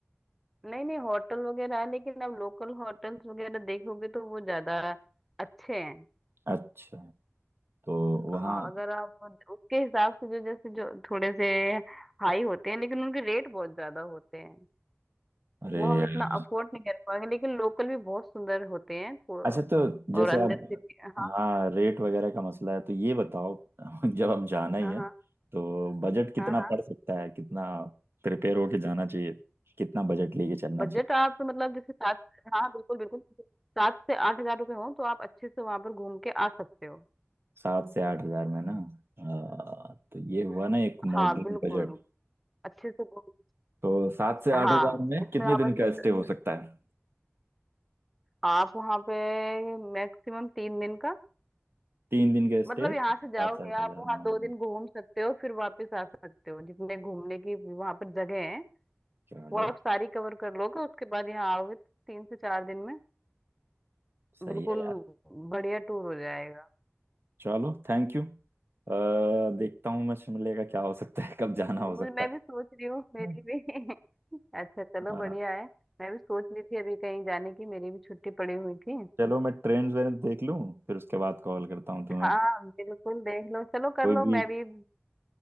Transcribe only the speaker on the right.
अच्छा तो वहाँ
अरे
यार
अच्छा तो जैसे
आप
हाँ रेट वगैरह का मसला है तो ये बताओ <laughs> जब हम जाना ही
है
तो बजट कितना
पड़ सकता है कितना प्रिपेयर होके जाना चाहिए कितना बजट लेके चलना
चाहिए
सात से आठ हजार में ना आ, तो ये हुआ ना एक मॉडरेट
बजट
तो सात से आठ
हजार में
कितने
दिन
का
स्टे हो सकता है
तीन दिन का
स्टे सात
से आठ
हजार
ना
चलो
सही
है यार
चलो थैंक यू अ, देखता हूँ मैं शिमले का क्या हो सकता है कब जाना
हो सकता
है
अ,
चलो मैं ट्रेन वेन देख लूँ फिर उसके बाद कॉल करता हूँ तुम्हें
कोई
भी